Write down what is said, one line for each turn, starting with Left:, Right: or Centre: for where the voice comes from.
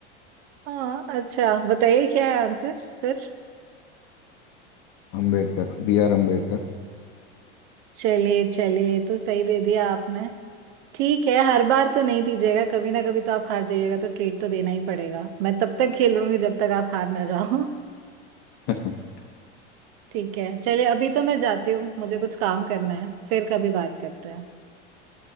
Right: हाँ अच्छा बताइए क्या है आंसर फिर
Left: Ambedkar B R Ambedkar
Right: चलिए चलिए तो सही दे दिया आपने ठीक है हर बार तो नहीं दीजिएगा कभी ना कभी तो आप हार जाइएगा तो ट्रीट तो देना ही पड़ेगा मैं तब तक खेलूंगी जब तक आप हार ना जाओ <laughs>
Left: <laughs>
Right: ठीक है चलिए अभी तो मैं जाती हूँ मुझे कुछ काम करना है फिर कभी बात करते हैं